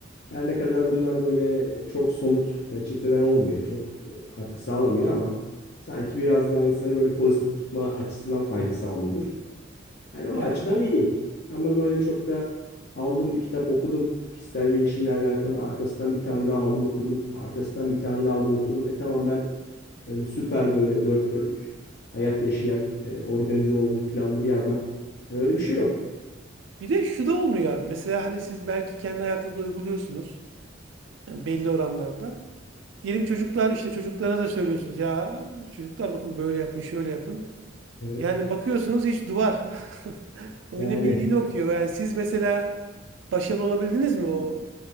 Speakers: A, on the left; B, on the right.
A: her ne kadar bunlar böyle e, çok somut reçeteler olmuyor. Çok e, katkı sağlamıyor ama sanki biraz daha insanı böyle pozitif tutma açısından fayda sağlıyordur. Yani o
B: Evet.
A: açıdan iyi. Ama böyle çok da aldım bir kitap okudum. Kişisel gelişimle alakalı. Arkasından bir tane daha aldım okudum. Arkasından bir tane daha aldım okudum. E tamam ben öyle süper böyle dört dörtlük hayat yaşayan, e, organize olmuş, planlı bir adam. Hani öyle bir şey yok.
B: Bir de şu da olmuyor abi. Mesela hani siz belki kendi hayatınızda uyguluyorsunuz. Yani belli oranlarda. Diyelim çocuklar işte çocuklara da söylüyorsunuz ya çocuklar bakın böyle yapın şöyle yapın.
A: Evet.
B: Yani bakıyorsunuz hiç duvar. <laughs> O
A: Yani
B: yine bildiğini okuyor. Yani siz mesela başarılı olabildiniz mi o